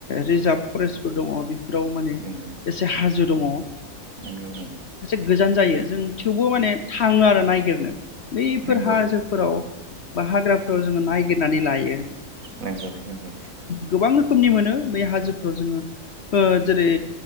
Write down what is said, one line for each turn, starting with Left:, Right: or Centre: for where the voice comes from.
Left: रिजार्भ फरेस्टफोर दङ फोराव माने
Right: नंगौ
Left: एसे हाजो दङ
Right: नंगौ नंगौ
Left: एसे गोजान जायो जों थेवबो माने थाङो आरो नायगिरनो बैफोर
Right: नंगौ
Left: हाजोफोराव बा हाग्राफोराव जोङो नागिरनानै लायो।
Right: नंगौ नंगौ
Left: गोबां रोखोमनि मोनो बे हाजोफ्राव जोङो जेरै